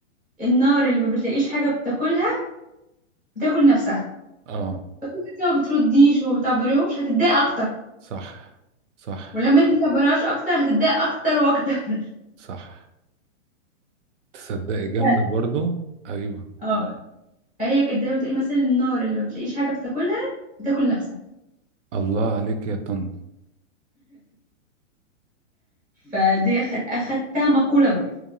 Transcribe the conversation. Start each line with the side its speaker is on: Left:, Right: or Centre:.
Centre: النار اللي ما بتلاقيش حاجه بتاكلها بتاكل نفسها
Right: اه
Centre: انت ما بترديش وما بتعبريهمش هتتضايق اكتر
Right: صح صح
Centre: ولما انت ما تعبرهاش اكتر هتتضايق اكتر واكتر
Right: صح تصدقي جامده
Centre: <laughs>
Right: برضو ايوه
Centre: اه هي كانت دايما تقولي مثلا النار اللي ما بتلاقيش حاجه بتاكلها بتاكل نفسها
Right: الله عليك يا طن
Centre: فدي أخد... اخدتها مقوله برضو